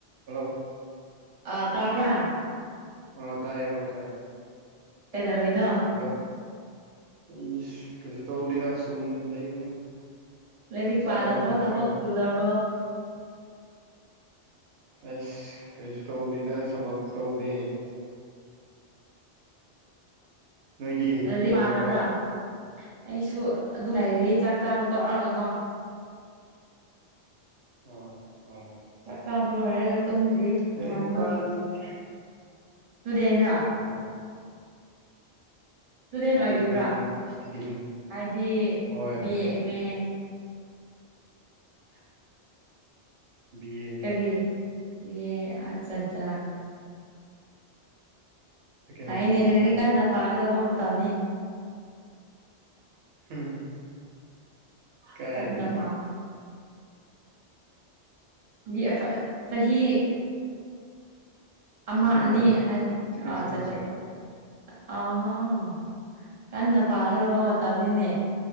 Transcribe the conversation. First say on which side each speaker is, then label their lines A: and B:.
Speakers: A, on the right (about 65°); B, on the right (about 35°).
A: Hello
B: ꯑ ꯇꯥꯕ꯭ꯔꯥ
A: ꯑ ꯇꯥꯏꯌꯦ ꯍꯣꯏ ꯇꯥꯏꯌꯦ
B: ꯀꯩꯗꯧꯔꯤꯅꯣ
A: ꯀꯩꯅꯣ ꯑꯩꯒꯤ ꯀꯩꯁꯨ ꯇꯧꯗꯦꯗ ꯁꯨꯝ ꯂꯩꯕꯅꯦ
B: ꯂꯥꯏꯔꯤꯛ
A: ꯆꯥꯛ
B: ꯄꯥꯗꯕ꯭ꯔꯣ
A: ꯆꯥꯔꯒꯀꯣ
B: ꯊꯕꯛ ꯇꯨꯗꯕ꯭ꯔꯣ <unintelligible>
A: ꯑꯁ ꯀꯩꯁꯨ ꯇꯧꯗꯦꯗ ꯊꯕꯛ ꯇꯧꯗꯦ ꯅꯣꯏꯗꯤ
B: ꯂꯥꯏꯔꯤꯛ
A: ꯀꯩꯗꯧꯔꯤꯕ
B: ꯄꯥꯗꯕ꯭ꯔꯥ ꯑꯩꯁꯨ ꯑꯗꯨꯝ ꯂꯩꯔꯤ ꯆꯥꯛ ꯆꯥꯕ ꯇ‌ꯣꯛꯔꯒꯀꯣ
A: <unintelligible>
B: ꯆꯥꯛ ꯆꯥꯕ ꯂꯣꯏꯔꯒ ꯇꯨꯝꯗ꯭ꯔꯤ
A: ꯂꯥꯏꯔꯤꯛ
B: ꯉꯟꯕꯒꯤ
A: <unintelligible>
B: ꯏꯁꯇꯨꯗ‌ꯦꯟꯔ‌ꯥ
A: ꯑꯣ
B: ꯏꯁꯇꯨꯗꯦꯟ
A: ꯏꯁꯇꯨꯗꯦꯟꯅꯤ
B: ꯑꯣꯏꯔꯤꯕ꯭ꯔꯥ
A: ꯍꯣꯏ ꯏꯁꯇꯨꯗꯦꯟ
B: ꯍꯥꯏꯗꯤ
A: ꯍꯣꯏ
B: B A M A
A: <unintelligible> B A
B: ꯀꯔꯤ ꯕꯦꯌꯦ ꯑꯠꯆꯥ ꯆꯥ
A: ꯁꯦꯀꯦꯟ
B: ꯐꯥꯏꯌꯦꯅꯦ
A: ꯁꯦꯃꯤꯁꯇꯔꯅꯦ
B: ꯂꯥꯏꯔꯤꯛ ꯀꯟꯅ ꯄꯥꯒꯗꯕ ꯃꯇꯝꯅꯤ
A: ꯎꯝ ꯀꯥꯏꯗꯩ
B: ꯀꯟꯅ ꯄꯥꯎ ꯕꯦ ꯑꯦ ꯐ ꯆꯍꯤ ꯑꯃ
A: ꯁꯦꯀꯦꯟ
B: ꯑꯅꯤ
A: ꯏꯌꯥꯔ
B: ꯍꯥꯏꯗꯤ
A: ꯁꯦꯀꯦꯟ
B: ꯑꯣ ꯑꯠꯆꯥꯆꯆꯥ
A: ꯁꯦꯃꯤꯁꯇꯔ
B: ꯑꯣ ꯀꯟꯅ ꯄꯥꯒꯗꯕ ꯃꯇꯝꯅꯤꯅꯦ